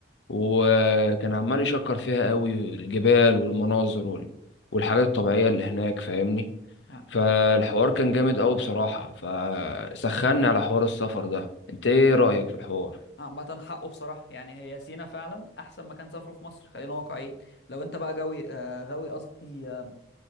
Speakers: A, on the left; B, on the left.
A: وكان عمال يشكر فيها قوي الجبال والمناظر وال- والحاجات الطبيعية اللي هناك فاهمني
B: ع-
A: فالحوار كان جامد قوي بصراحة فسخني على حوار السفر ده انت ايه رأيك في الحوار
B: عامة حقه بصراحة يعني هي سينا فعلا أحسن مكان سافره في مصر خلينا واقعيين لو أنت بقى جوي آه غاوي قصدي آه